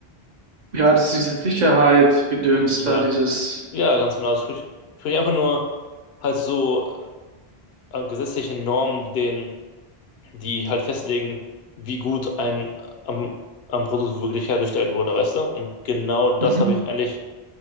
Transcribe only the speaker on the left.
Ja,
Ja, ganz genau. Das tue ich sprich, sprich einfach nur halt so äh, gesetzlichen Normen, den, die halt festlegen, wie gut ein am, am Produkt wirklich hergestellt wurde, weißt du? Und genau das
habe ich eigentlich